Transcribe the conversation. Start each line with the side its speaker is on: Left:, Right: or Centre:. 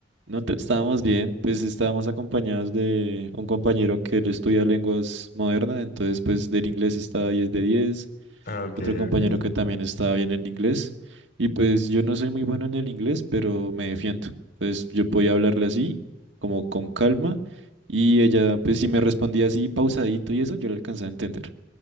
Right: No te- estábamos bien, pues estábamos acompañados de un compañero que él estudia lenguas modernas, entonces pues del inglés está diez de diez
Left: Ah, ok,
Right: otro compañero
Left: ok.
Right: que también está bien en inglés, y pues yo no soy muy bueno en el inglés, pero me defiendo. Entonces yo podía hablarle así, como con calma, y ella pues si me respondía así pausadito y eso, yo le alcanzaba a entender.